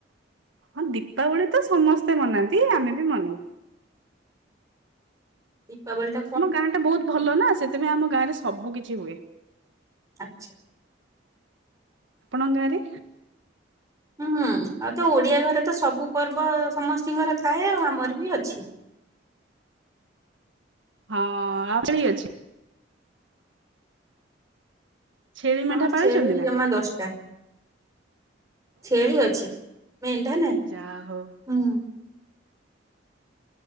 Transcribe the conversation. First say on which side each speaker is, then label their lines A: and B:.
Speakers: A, on the right (about 75°); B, on the right (about 20°).
A: ହଁ ଦୀପାବଳି ତ ସମସ୍ତେ ମନାନ୍ତି। ଆମେ ବି ମନାଉ।
B: ଦୀପାବଳୀ ତ
A: ଆମ ଗାଁ ଟା ବହୁତ ଭଲ ନା। ସେଥିପାଇଁ ଆମ ଗାଁ ରେ ସବୁ କିଛି ହୁଏ।
B: ଆଚ୍ଛା
A: ଆପଣଙ୍କ ଗାଁ ରେ
B: ହୁଁ ହୁଁ ଆଉ ତ ଓଡିଆ ଘରେ ତ ସବୁ ପର୍ବ ସମସ୍ତିଙ୍କର ଥାଏ। ଆଉ ଆମର ବି ଅଛି।
A: ହଁ <unintelligible> ଛେଳି ମେଣ୍ଢା
B: ଆମର
A: ପାଳିଛନ୍ତି
B: ଛେଳି
A: ନା
B: ଜମା ଦଶଟା। ଛେଳି ଅଛି। ମେଣ୍ଢା ନାହିଁ।
A: ଯାହା ହଉ
B: ହୁଁ